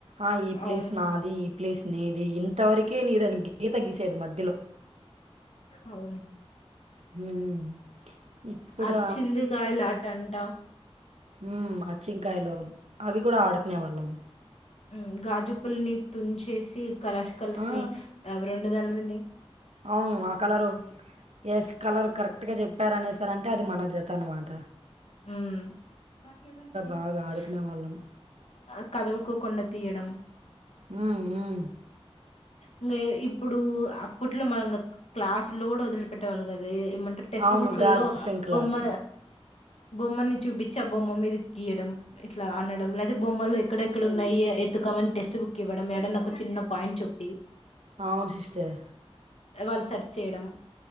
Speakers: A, on the right; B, on the left.
A: ఆ ఈ ప్లేస్
B: అవును
A: నాది ఈ ప్లేస్ నీది ఇంత వర్కే నీదని గీత గీసేది మధ్యలో
B: అవును
A: హ్మ్ ఇప్పుడు
B: అచ్చింది కాయ్లాటంట
A: ఊమ్ ఆచ్చింకాయ్లు అవి కూడా ఆడ్కునే వాళ్ళమ్
B: హ్మ్ గాజుపుల్ని తుంచేసి కలర్స్ కలర్స్
A: ఆ!
B: ని అవి రెండుదాన్లని
A: అవ్ను ఆ కలరు ఎస్ కలర్ కరెక్ట్ గా చెప్ పేర అనేసారంటే అది మన జత అన్మాట
B: ఊమ్
A: బాగా ఆడుకునేవాళ్ళము.
B: కదుల్కోకుండా తీయడం
A: ఉమ్ ఊమ్
B: ఇంగ ఇప్పుడు అప్పట్లో మనం ఇంగ క్లాస్ లో కూడా ఓదిలిపెట్టే వాళ్ళు గాదు ఏమంటర్ టెక్స్ట్
A: అవును.
B: బుక్కుల్లో
A: గాజు పెంకులాట.
B: బొమ్మ బొమ్మని చూపించి ఆ బొమ్మ మీద గీయడం ఇట్లా అనడం లై బొమ్మలు ఎక్కడెక్కడున్నయ్ఎ ఎత్కమని టెస్ట్ బుక్ ఇవ్వడం ఏడన్నా ఒక చిన్న పాయింట్ చూప్పి
A: అవును సిస్టర్.
B: వాళ్ సర్చ్ చేయ్డం